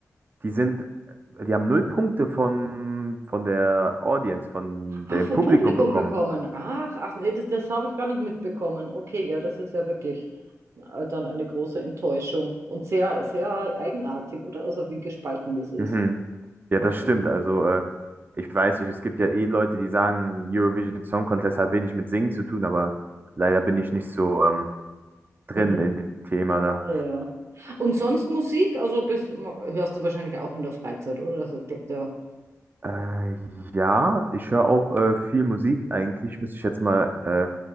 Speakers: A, on the right; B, on the right.
A: die sind, äh, die haben null Punkte von, von der Audience, von
B: Ach,
A: dem
B: vom
A: Publikum
B: Publikum
A: bekommen.
B: bekommen. Ach, ach nee, das, das habe ich gar nicht mitbekommen. Okay, ja, das ist ja wirklich äh, dann eine große Enttäuschung und sehr, sehr eigenartig, oder? Also wie gespalten das ist.
A: Mhm. Ja,
B: Ja.
A: das stimmt. Also, äh, ich weiß nicht, es gibt ja eh Leute, die sagen, Eurovision Song Contest hat wenig mit Singen zu tun, aber leider bin ich nicht so ähm, drin
B: <laughs>
A: in dem Thema da.
B: Ja. ja. Und sonst Musik, also bist, hörst du wahrscheinlich auch in der Freizeit, oder? Also, ich glaube, der.
A: Äh, ja, ich höre auch äh, viel Musik eigentlich. Müsste ich jetzt mal äh,